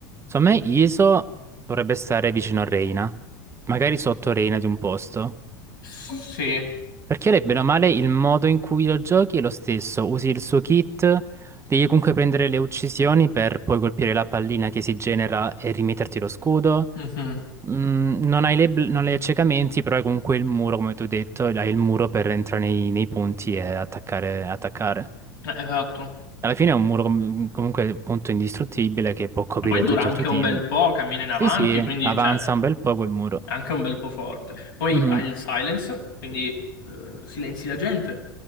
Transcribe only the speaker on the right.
Secondo me Iso dovrebbe stare vicino a Reina, magari sotto Reina di un posto.
Perché lei, bene o male, il modo in cui lo giochi è lo stesso. Usi il suo kit, devi comunque prendere le uccisioni per poi colpire la pallina che si genera e rimetterti lo scudo.
Mm, non hai le bl- non hai accecamenti, però hai comunque il muro, come tu hai detto, hai il muro per entrare nei, nei punti e attaccare, attaccare.
Alla fine è un muro com- comunque appunto indistruttibile che può coprire
tutto
il tuo team.
Sì, sì,
avanza
un bel po' quel muro.
Mhm.